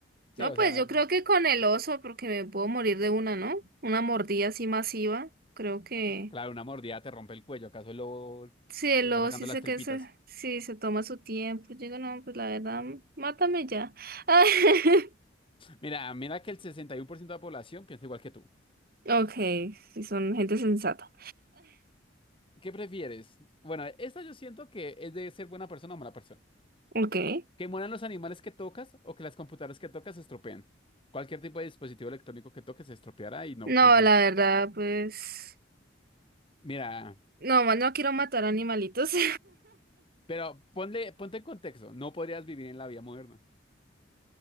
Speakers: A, on the left (about 25°); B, on the right (about 50°).
A: Sí,
B: No,
A: o
B: pues
A: sea,
B: yo creo que con el oso, porque me puedo morir de una, ¿no? Una mordida así masiva. Creo que.
A: claro, una mordida te rompe el cuello, ¿acaso el lobo
B: Sí, el
A: te va
B: lobo
A: sacando
B: sí
A: las
B: sé
A: tripitas?
B: que se, sí, se toma su tiempo. Yo digo, no, pues la verdad, mátame ya. <laughs>
A: Mira, mira que el 61% de la población piensa igual que tú.
B: Ok, si son gente sensata.
A: ¿Qué prefieres? Bueno, esta yo siento que es de ser buena persona o mala persona.
B: <laughs> Ok.
A: ¿Que mueran los animales que tocas o que las computadoras que tocas se estropeen? Cualquier tipo de dispositivo electrónico que toques se estropeará y no
B: No,
A: funcionará.
B: la verdad, pues...
A: Mira,
B: No, ma- no quiero matar animalitos. <laughs>
A: pero ponle, ponte en contexto. No podrías vivir en la vida moderna.